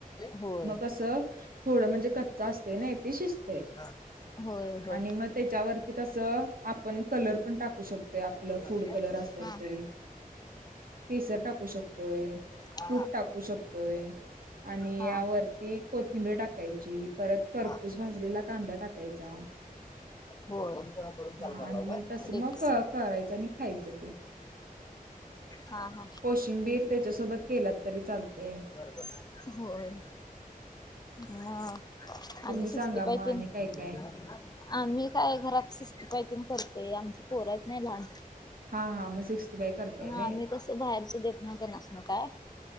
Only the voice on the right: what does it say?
मग कसं थोडं म्हणजे कच्च असते नाही ते शिजते
आणि मग त्याच्यावरती कस आपण कलर पण टाकू शकतो. ते आपलं
फूड
कलर असतात ते केसर टाकू शकतोय,
तूप टाकू शकतोय आणि
या
वरती कोथिंबीर टाकायची परत करपूस
भाजलेला कांदा टाकायचा
हा
आणि
तसं
मग क करायचं आणि खायचं.
कोशिंबीर त्याच्यासोबत केलात तरी चालते.
तुम्ही
सांगा
मग आणि
काय काय
हा हा मग सिक्स्टी फाय करताय
व्हय